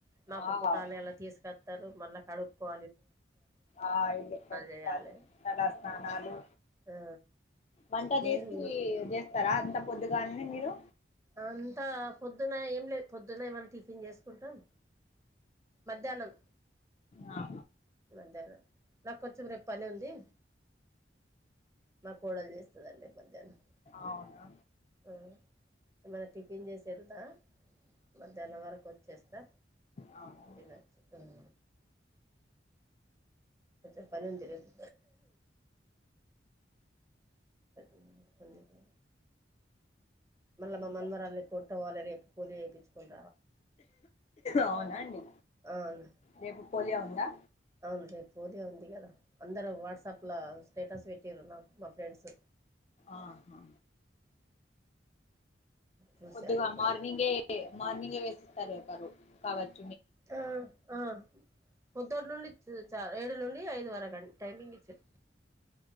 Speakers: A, on the right (about 15°); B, on the left (about 35°).
A: నాకు
B: ఆ
A: పుటానిలా తీసుకత్తరు మళ్ళా కడుక్కో
B: ఆ ఇల్లు కడుక్కోవాలి
A: చేయాలి
B: తలాస్నానాలు
A: ఆ
B: వంట
A: మెయిన్
B: చేసి జేస్తరా అంత పొద్దుగాల్నే మీరు
A: అంతా పొద్దున ఏం లేదు పొద్దున ఏమన్న టిఫిన్ చేసుకుంటాం మధ్యాహ్నం
B: ఆహా
A: మధ్యానం నాకు కొంచెం రేప్ పనుంది మా కోడలు చేస్తదండి మధ్యాహ్నం
B: అవునా
A: ఆ ఏమన్న టిఫిన్ జెస్ ఎల్తా మధ్యాహ్నం వరకు వచ్చేస్తా
B: అవును
A: తిన చికెన్ కొంచెం పనుంది రేపు అది అందుకే మళ్ళ మా
B: ఇంకా
A: మనవరాలిని తోడ్క పోవలే రేపు పోలియో ఏపిచ్కొని
B: అవునా అండి
A: అవును
B: రేపు పోలియా ఉందా
A: అవును రేప్ పోలియో ఉంది కదా అందరు వాట్సాప్లో స్టేటస్ పెట్టిరు నాకు మా ఫ్రెండ్స్
B: ఆహా
A: చూశాను
B: ముందుగా
A: ఇప్పుడే
B: మార్నింగే మార్నింగే వేసేస్తరంటారు <unintelligible>
A: ఆ ఆ పొద్దునుండి చా ఏడు నుండి ఐదు వరకు టైమింగ్ ఇచ్చిర్రు